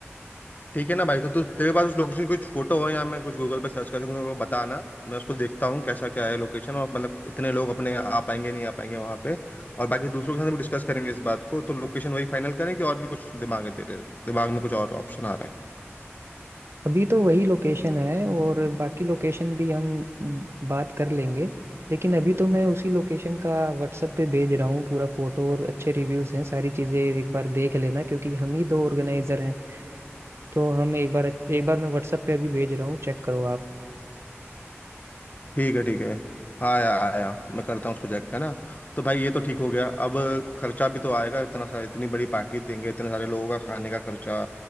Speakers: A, on the left (about 35°); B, on the right (about 65°).
A: ठीक है ना भाई तो तू तेरे पास उस लोकेशन की कुछ फोटो हो या मैं कुछ गूगल पे सर्च कर सकूँ तो मेरे को बताना मैं उसको देखता हूँ कैसा क्या है लोकेशन और मतलब इतने लोग अपने आ पाएंगे नहीं आ पाएंगे वहाँ पे और बाकी दूसरों के साथ भी डिस्कस करेंगे इस बात को तो लोकेशन वही फाइनल करें कि और भी कुछ दिमाग है तेरे दिमाग में कुछ और ऑप्शन आ रहे हैं
B: अभी तो वही लोकेशन है और बाकी लोकेशन भी हम म, बात कर लेंगे लेकिन अभी तो मैं उसी लोकेशन का व्हाट्सएप पे भेज रहा हूँ पूरा फोटो और अच्छे रिव्यूज हैं सारी चीजें एक बार देख लेना क्योंकि हम ही दो ऑर्गेनाइजर हैं तो हम एक बार एक बार मैं व्हाट्सएप पे अभी भेज रहा हूँ चेक करो आप
A: ठीक है ठीक है आया आया मैं करता हूँ उसको चेक है ना तो भाई ये तो ठीक हो गया अब खर्चा भी तो आएगा इतना सा इतनी बड़ी पार्टी देंगे इतने सारे लोगों का खाने का खर्चा